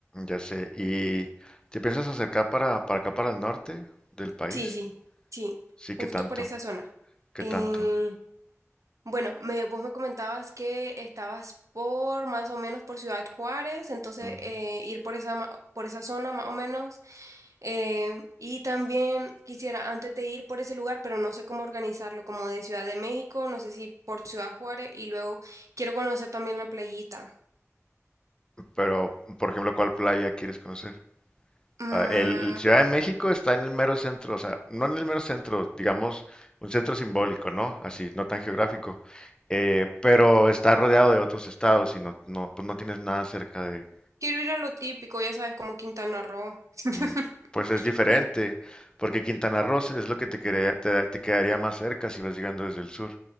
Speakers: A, on the left; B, on the right.
A: ya sé. ¿Y te piensas acercar para, para acá, para el norte del país?
B: Sí, sí, sí,
A: Sí,
B: justo
A: ¿qué tanto?
B: por esa zona.
A: ¿Qué
B: Eh,
A: tanto?
B: Bueno, me, vos me comentabas que estabas por más o menos por Ciudad Juárez, entonces
A: Ujú.
B: eh, ir por esa, ma- por esa zona más o menos. eh, y también quisiera antes de ir por ese lugar, pero no sé cómo organizarlo, como de Ciudad de México, no sé si por Ciudad Juárez y luego quiero conocer también la playita.
A: Pero, por ejemplo, ¿cuál playa quieres conocer?
B: Mm,
A: Ah, el Ciudad de México está en el mero centro, o sea, no en el mero centro, digamos, un centro simbólico, ¿no? Así, no tan geográfico, eh, pero está rodeado de otros estados y no, no, pues no tienes nada cerca de,
B: quiero ir a lo típico, ya sabes, como Quintana Roo. <laughs>
A: mm, pues es diferente,
B: Sí.
A: porque Quintana Roo es lo que te, quería- te, te quedaría más cerca si vas llegando desde el sur.